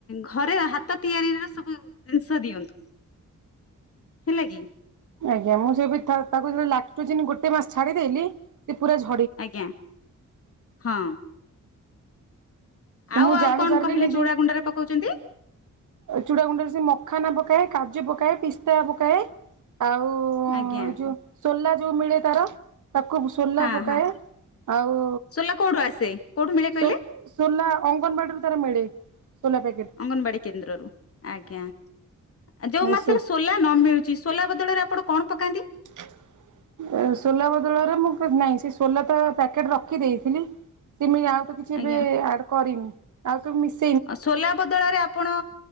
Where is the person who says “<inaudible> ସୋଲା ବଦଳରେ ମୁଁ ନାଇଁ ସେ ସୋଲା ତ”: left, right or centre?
Right